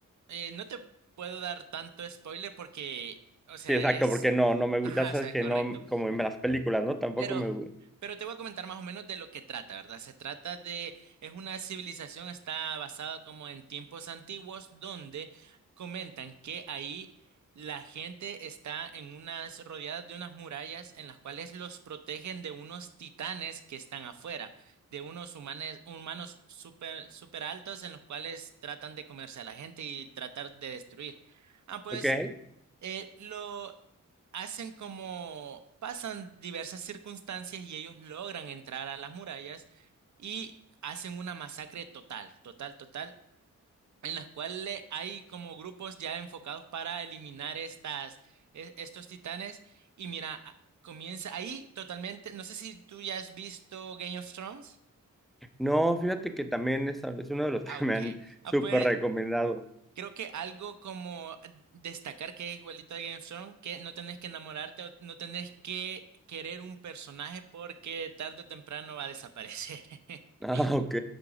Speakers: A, on the right; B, in the centre.
A: eh, no te puedo dar tanto spoiler porque, o sea,
B: Sí, exacto,
A: es...
B: porque no, no me gusta,
A: Ajá,
B: ya
A: o
B: sabes
A: sea,
B: que
A: correcto.
B: no, como en las películas, ¿no? Tampoco
A: Pero,
B: me gusta.
A: pero te voy a comentar más o menos de lo que trata, ¿verdad? Se trata de, es una civilización, está basada como en tiempos antiguos, donde comentan que ahí la gente está en unas, rodeadas de unas murallas en las cuales los protegen de unos titanes que están afuera, de unos humanes, humanos súper, súper altos en los cuales tratan de comerse a la gente y tratar de destruir. Ah, pues
B: Ok.
A: eh, lo hacen como pasan diversas circunstancias y ellos logran entrar a las murallas y hacen una masacre total, total, total, en las cuales hay como grupos ya enfocados para eliminar estas, e- estos titanes y mira, a- comienza ahí totalmente, no sé si tú ya has visto Game of Thrones.
B: No, fíjate que también es, es uno de los
A: Ah,
B: <laughs> que
A: ok.
B: me han
A: Ah,
B: súper
A: pues
B: recomendado.
A: Creo que algo como destacar que es igualito a Game of Thrones, que no tenés que enamorarte o no tenés que querer un personaje porque tarde o temprano va a desaparecer. <laughs>
B: Ah, ok.